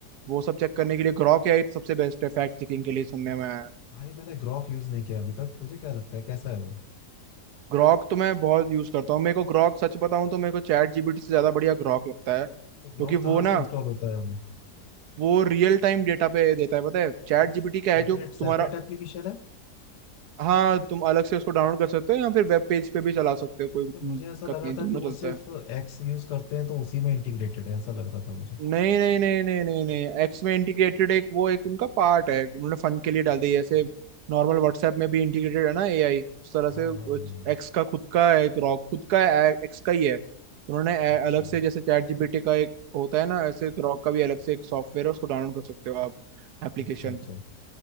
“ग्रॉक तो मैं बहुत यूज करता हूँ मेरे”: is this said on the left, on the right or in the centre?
Right